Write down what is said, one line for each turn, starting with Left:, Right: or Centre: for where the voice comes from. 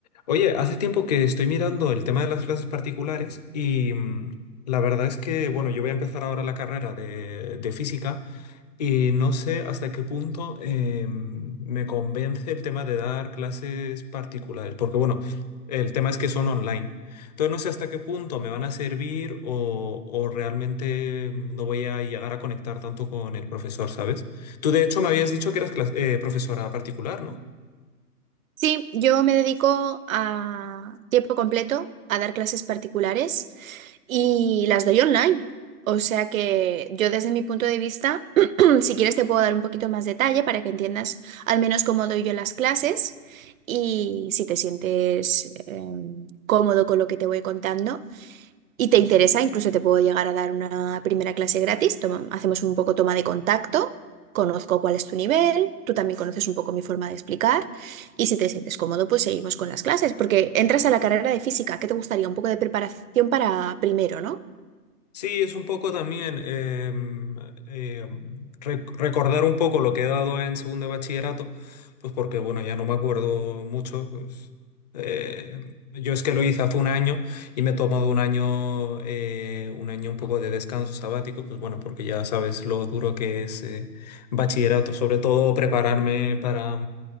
Left: Oye, hace tiempo que estoy mirando el tema de las clases particulares y mm, la verdad es que, bueno, yo voy a empezar ahora la carrera de, de física y no sé hasta qué punto eh, me convence el tema de dar clases particulares, porque, bueno, el tema es que son online. Entonces no sé hasta qué punto me van a servir o, o realmente no voy a llegar a conectar tanto con el profesor, ¿sabes? Tú, de hecho, me habías dicho que eras clas- eh, profesora particular, ¿no?
Right: Sí, yo me dedico a tiempo completo a dar clases particulares y las doy online. O sea que yo desde mi punto de vista, <clears throat> si quieres te puedo dar un poquito más detalle para que entiendas al menos cómo doy yo las clases y si te sientes eh, cómodo con lo que te voy contando y te interesa, incluso te puedo llegar a dar una primera clase gratis. Toma- hacemos un poco toma de contacto, conozco cuál es tu nivel, tú también conoces un poco mi forma de explicar y si te sientes cómodo, pues seguimos con las clases, porque entras a la carrera de física, ¿qué te gustaría? Un poco de preparación para primero, ¿no?
Left: Sí, es un poco también em, em, re- recordar un poco lo que he dado en segundo de bachillerato, pues porque bueno, ya no me acuerdo mucho, pues eh, yo es que lo hice hace un año y me he tomado un año, eh, un año un poco de descanso sabático, pues bueno, porque ya sabes lo duro que es eh, bachillerato, sobre todo prepararme para